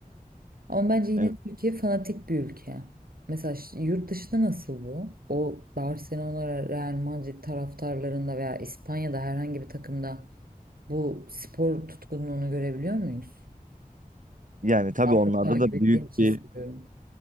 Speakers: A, on the right; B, on the right.
A: Ama bence yine
B: Evet.
A: Türkiye fanatik bir ülke. Mesela ş- yurt dışında nasıl bu? O Barcelona, Real Madrid taraftarlarında veya İspanya'da herhangi bir takımda bu spor tutkunluğunu görebiliyor muyuz?
B: Yani tabii
A: Daha
B: onlarda
A: çok takip
B: da
A: ettiğin
B: büyük
A: için
B: bir
A: soruyorum.